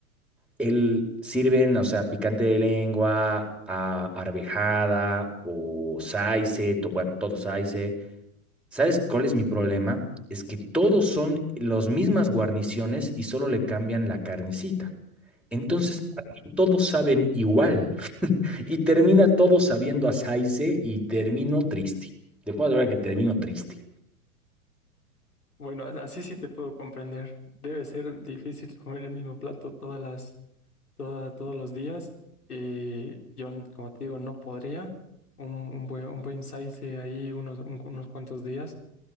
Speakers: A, in the centre; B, on the left.
A: el, sirven, o sea, picante de lengua, a, arvejada o saice, to- bueno, todo saice. ¿Sabes cuál es mi problema? Es que todos son las mismas guarniciones y solo le cambian la carnecita. Entonces, para mí todos saben igual. Y termina todo sabiendo a Saize y termino triste. Te puedo asegurar que termino triste.
B: Bueno, así sí te puedo comprender. Debe ser difícil comer el mismo plato todas las, toda- todos los días. Y yo, como te digo, no podría. Un, un buen, un buen saice ahí unos, un- unos cuantos días.